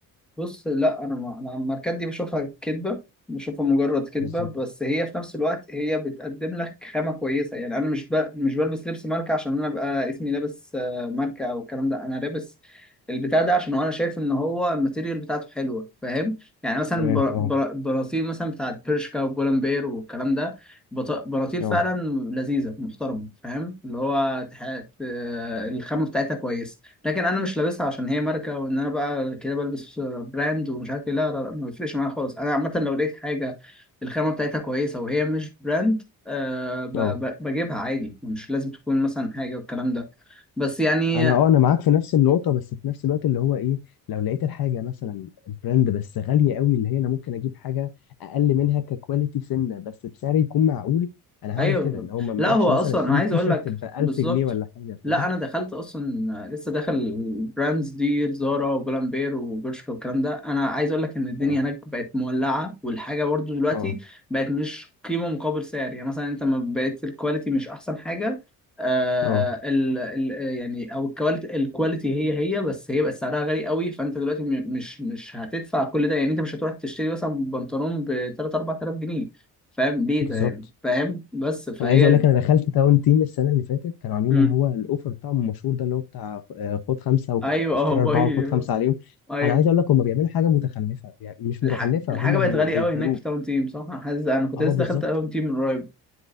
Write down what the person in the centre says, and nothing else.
بص لا انا ما انا الماركات دي بشوفها كدبه بشوفها مجرد كدبه
بس هي في نفس الوقت هي بتقدم لك خامه كويسه يعني انا مش ب... مش بلبس لبس ماركه عشان انا ابقى اسمي لابس آه، ماركه او الكلام ده انا لابس البتاع ده عشان هو انا شايف ان هو الماتيريال بتاعته حلوه فاهم يعني مثلا
بر...
بر... براطيل مثلا بتاعت برشكا وبولمبير والكلام ده بط... براطيل
فعلا لذيذه محترمه فاهم اللي هو تح... آه، الخامه بتاعتها كويسه لكن انا مش لابسها عشان هي ماركه وان انا بقى كده بلبس براند ومش عارف ايه لا لا لا، ما بيفرقش معايا خالص انا عامه لو لقيت حاجه الخامه بتاعتها كويسه وهي مش براند أه ب-
ب- بجيبها عادي مش لازم تكون مثلا حاجه والكلام ده بس يعني
ايوه
لا
هو اصلا
انا عايز
اقول
لك
بالظبط
لا
انا دخلت اصلا لسه داخل البراندز دي زارا وبولامبير وبرشكا والكلام ده انا عايز اقول لك ان الدنيا
هناك بقت مولعه والحاجه برضو دلوقتي
بقت مش قيمه مقابل سعر يعني مثلا انت ما بقت الكواليتي مش احسن حاجه آه
ال ال يعني او الكواليتي الكواليتي هي هي بس هي بقت سعرها غالي قوي فانت دلوقتي م- مش مش هتدفع كل ده يعني انت مش هتروح تشتري مثلا بنطلون ب 3 4000 جنيه فاهم ليه
ده يعني فاهم بس فهي
مم.
ايوه
اه باي
ايوه
الح...
الحاجه
بقت
غاليه
قوي هناك في تاون تيم صح انا حاسس انا كنت
لسه
دخلت تاون تيم من قريب